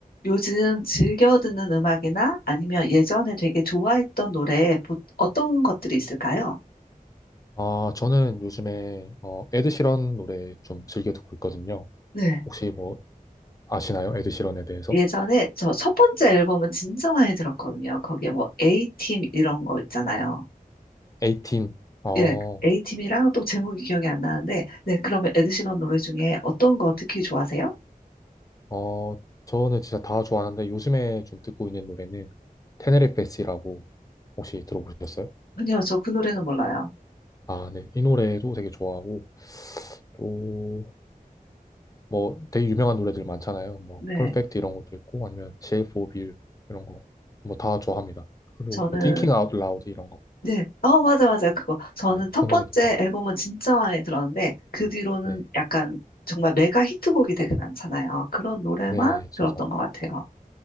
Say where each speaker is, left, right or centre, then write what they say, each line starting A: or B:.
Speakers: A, on the left; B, on the left.
A: 요즘 즐겨 듣는 음악이나 아니면 예전에 되게 좋아했던 노래 보- 어떤 것들이 있을까요?
B: 아, 저는 요즘에 어, 에드시런 노래 좀 즐겨 듣고 있거든요.
A: 네.
B: 혹시 뭐 아시나요? 에드시런에 대해서?
A: 예전에 저 첫 번째 앨범은 진짜 많이 들었거든요. 거기에 뭐 A팀 이런 거 있잖아요.
B: 18. 어,
A: 예, A팀이랑 또 제목이 기억이 안 나는데, 네, 그러면 에드시런 노래 중에 어떤 거 특히 좋아하세요?
B: 어, 저는 진짜 다 좋아하는데 요즘에 좀 듣고 있는 노래는 테네리fe 라고 혹시 들어보셨어요?
A: 아니요, 저 그 노래는 몰라요.
B: 아, 네. 이 노래도 되게 좋아하고 또 뭐 되게 유명한 노래들 많잖아요. 뭐
A: 네,
B: 퍼펙트 이런 것도 있고 아니면 Shape of You 이런 거 뭐 다 좋아합니다. 그리고
A: 저는...
B: 뭐 Thinking Out Loud 이런 거.
A: 네. 어, 맞아, 맞아. 그거. 저는
B: 네.
A: 첫
B: 그
A: 번째
B: 노래도 좋아합니다.
A: 앨범은 진짜 많이 들었는데, 그 뒤로는
B: 네.
A: 약간 정말 메가 히트곡이 되게 많잖아요. 그런 노래만
B: 네, 진짜.
A: 들었던 것 같아요.